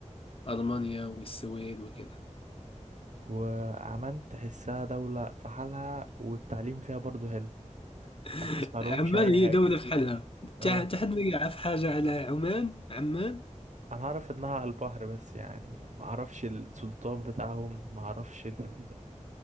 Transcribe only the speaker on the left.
وألمانيا والسويد وكذا
<laughs>
عمان
هي
دولة في حالها تا
تا حد ما يعرف حاجة على عمان عمان